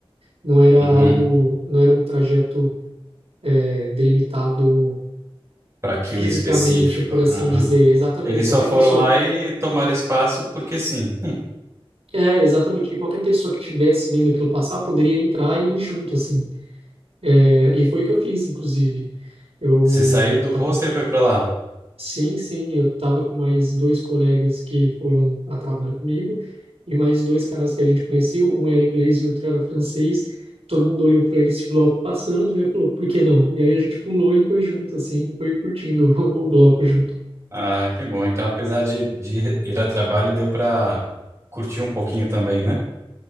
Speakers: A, on the right; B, on the right.
A: Não era algo,
B: Uhum.
A: não era um trajeto é, delimitado
B: Para aquilo
A: fisicamente,
B: específico.
A: por
B: Uhum.
A: assim dizer. Exatamente,
B: Eles
A: qualquer
B: só foram
A: pessoa.
B: lá e tomaram espaço porque sim. <laughs>
A: É, exatamente. E qualquer pessoa que tivesse vindo aquilo passar poderia entrar e ir junto, assim. É, e foi o que eu fiz, inclusive. Eu
B: Você saiu do
A: tava
B: hostel e foi pra lá.
A: Sim, sim, eu estava com mais dois colegas que foram a trabalho comigo e mais dois caras que a gente conheceu, um era inglês e outro era francês. Todo mundo olhou para esse bloco passando, olhou e falou, por que não? E aí a gente pulou e foi junto, assim, e foi curtindo <laughs> o, o bloco junto.
B: Ah, que bom. Então, apesar de, de ir a trabalho, deu pra curtir um pouquinho também, né?